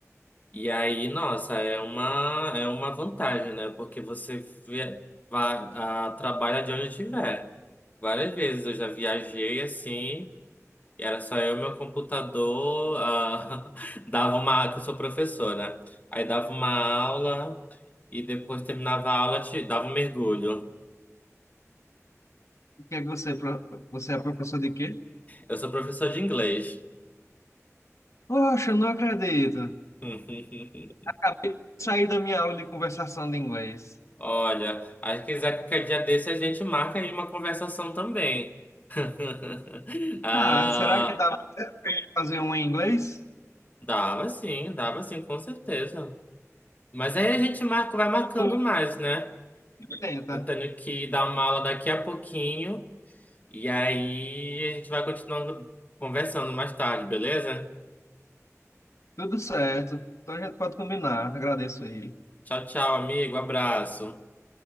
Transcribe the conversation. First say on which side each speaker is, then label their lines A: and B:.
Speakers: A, on the left; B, on the left.
A: E aí, nossa, é uma, é uma vantagem, né? Porque você vê, vai, a, trabalha de onde tiver. Várias vezes eu já viajei assim, e era só eu, meu computador, ah, <laughs> dava uma, que eu sou professor, né? Aí dava uma aula e depois terminava a aula, te, dava um mergulho.
B: que é que você, é pro- você é professor de quê?
A: Eu sou professor de inglês.
B: Poxa, eu não acredito.
A: <laughs>
B: Acabei de sair da minha aula de conversação de inglês.
A: Olha, aí se quiser qualquer dia desse a gente marca aí uma conversação também. <laughs> Ah,
B: Ah, será que dá para fazer um em inglês?
A: dava sim, dava sim, com certeza. Mas aí a gente marca, vai marcando
B: Não,
A: mais, né?
B: Tenta.
A: Eu tenho que dar uma aula daqui a pouquinho e aí a gente vai continuando conversando mais tarde, beleza?
B: Tudo certo. Então a gente pode combinar. Agradeço aí.
A: Tchau, tchau, amigo, abraço.